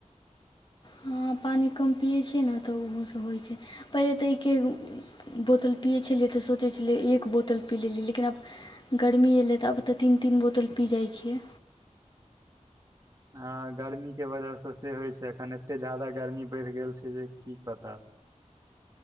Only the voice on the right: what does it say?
हँ गर्मी के वजहसँ से होइ छै अखन एते जाादा गर्मी बढ़ि गेल छै जे की बताउ